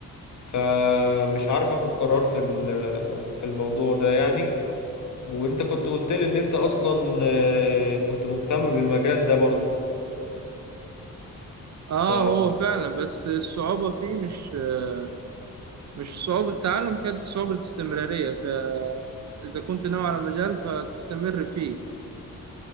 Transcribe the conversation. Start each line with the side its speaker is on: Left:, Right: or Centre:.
Left: فمش عارف اخد قرار في ال- في الموضوع ده يعني وانت كنت قلت لي ان انت اصلا آه، كنت مهتم بالمجال ده برضو
Right: اه
Left: ف...
Right: هو فعلا بس الصعوبة فيه مش آه مش صعوبة تعلم كانت صعوبة استمرارية فإذا كنت ناوي على مجال فتستمر فيه